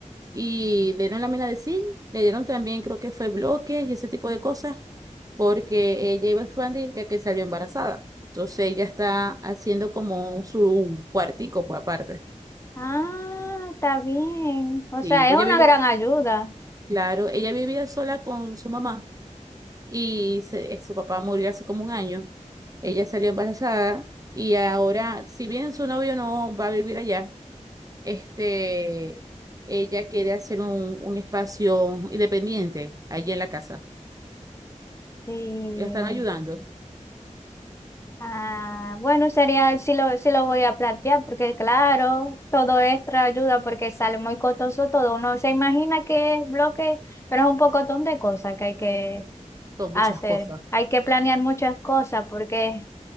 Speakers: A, on the right; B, on the left.
A: y le dieron lámina de zinc, le dieron también, creo que fue bloques y ese tipo de cosas, porque ella iba a expandir ya que salió embarazada. Entonces ella está haciendo como su cuartico por aparte.
B: Ah, está bien. O
A: Sí,
B: sea,
A: pues,
B: es una
A: ella vivía
B: gran ayuda.
A: Claro, ella vivía sola con su mamá y se- eh, su papá murió hace como un año. Ella salió embarazada y ahora, si bien su novio no va a vivir allá, este, ella quiere hacer un, un espacio independiente allí en la casa.
B: Y,
A: La están ayudando
B: ah, bueno, sería, sí lo, sí lo voy a plantear, porque claro, todo extra ayuda porque sale muy costoso todo. Uno se imagina que es bloque, pero es un pocotón de cosas que hay que
A: con
B: hacer.
A: muchas cosas.
B: Hay que planear muchas cosas porque,